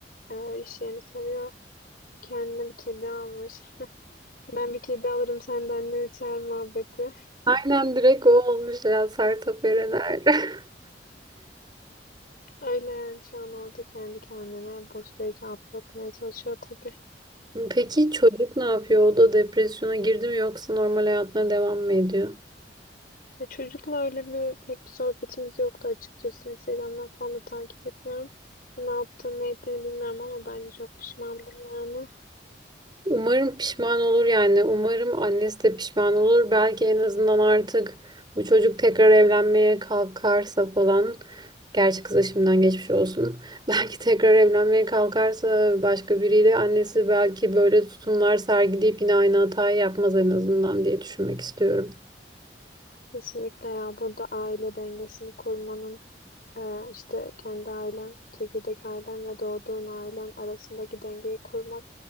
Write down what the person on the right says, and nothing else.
Aynen direkt o olmuş ya Sertab Erener. <laughs>
Peki çocuk ne yapıyor? O da depresyona girdi mi yoksa normal hayatına devam mı ediyor?
Umarım pişman olur yani. Umarım annesi de pişman olur. Belki en azından artık bu çocuk tekrar evlenmeye kalkarsa falan. Gerçi kıza şimdiden geçmiş olsun. <laughs> Belki tekrar evlenmeye kalkarsa başka biriyle annesi belki böyle tutumlar sergileyip yine aynı hatayı yapmaz en azından diye düşünmek istiyorum.